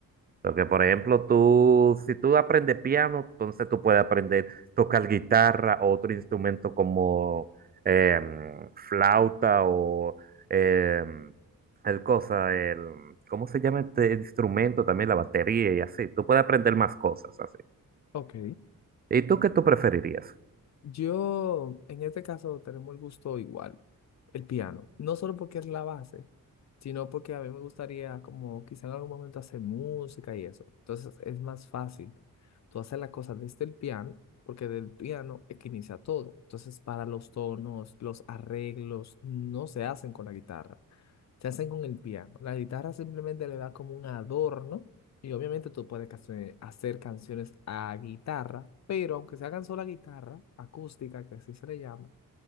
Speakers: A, on the right; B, on the left.
A: Porque, por ejemplo, tú, si tú aprendes piano, entonces tú puedes aprender tocar guitarra o otro instrumento como em, flauta o em, el cosa, el, ¿cómo se llama este instrumento? También la batería y así. Tú puedes aprender más cosas así.
B: Ok,
A: ¿Y tú qué tú preferirías?
B: yo en este caso tenemos el gusto igual, el piano, no solo porque es la base, sino porque a mí me gustaría como quizá en algún momento hacer música y eso. Entonces es más fácil tú hacer las cosas desde el piano, porque del piano es que inicia todo. Entonces para los tonos, los arreglos no se hacen con la guitarra se hacen con el piano. La guitarra simplemente le da como un adorno y obviamente tú puedes cance- hacer canciones a guitarra, pero aunque se hagan sola guitarra, acústica, que así se le llama,